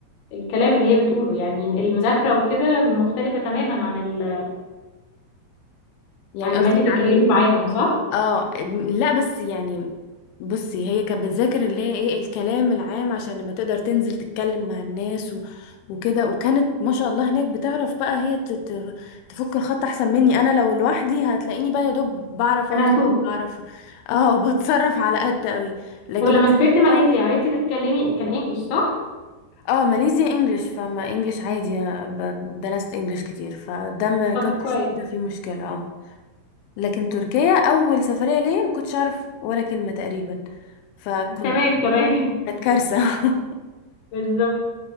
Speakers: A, on the left; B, on the left.
A: الكلام اللي هي بتقوله يعني المذاكرة وكده مختلفة تماما عن ال...
B: يعني
A: عن لما
B: قصدي
A: انت تتكلمي
B: عن
A: معاهم صح؟
B: اه لا بس يعني بصي هي كانت بتذاكر اللي هي ايه الكلام العام عشان لما تقدر تنزل تتكلم مع الناس و... وكده وكانت ما شاء الله هناك بتعرف بقى هي تت... تفك الخط احسن مني انا لو لوحدي هتلاقيني بقى يا دوب بعرف
A: انا
B: اوصل
A: هتوه
B: بعرف <laughs> اه بتصرف على قد قوي لكن
A: طب لما
B: هي
A: سافرت ماليزيا
B: بتعرف
A: عرفتي تتكلمي كان انجلش صح؟
B: اه ماليزيا انجلش فما انجلش عادي ب... درست انجلش كتير فده ما
A: طب
B: كنتش
A: كويس
B: موجودة فيه مشكلة اه لكن تركيا اول سفريه ليا ما كنتش اعرف ولا كلمه تقريبا فكنت
A: تمام تمام
B: كانت كارثه <laughs>
A: <laughs> بالظبط